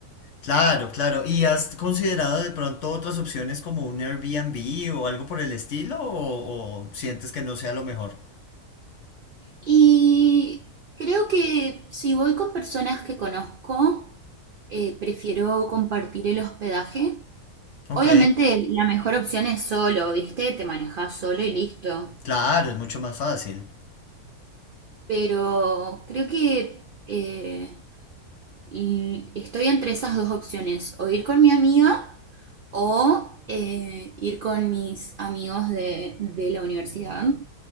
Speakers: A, on the left; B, on the right.
A: Claro, claro. ¿Y has considerado de pronto otras opciones como un Airbnb o algo por el estilo? ¿O, o sientes que no sea lo mejor?
B: Y creo que si voy con personas que conozco, eh, prefiero compartir el hospedaje.
A: Ok,
B: Obviamente la mejor opción es solo, ¿viste? Te manejas solo y listo.
A: claro, es mucho más fácil.
B: Pero creo que eh, Y estoy entre esas dos opciones, o ir con mi amiga o eh, ir con mis amigos de, de la universidad.